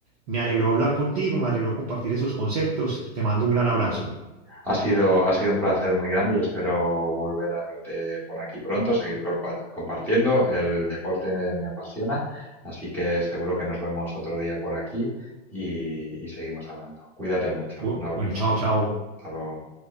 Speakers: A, on the right; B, in the centre.
A: Me alegró hablar contigo, me alegró compartir esos conceptos. Te mando un gran abrazo.
B: Ha sido, ha sido un placer muy grande y espero volver a verte por aquí pronto, seguir compa- compartiendo. El deporte me apasiona, así que seguro que nos vemos otro día por aquí y, y seguimos hablando. Cuídate mucho.
A: Bu-
B: Un abrazo.
A: Bueno, chao, chao.
B: Hasta luego.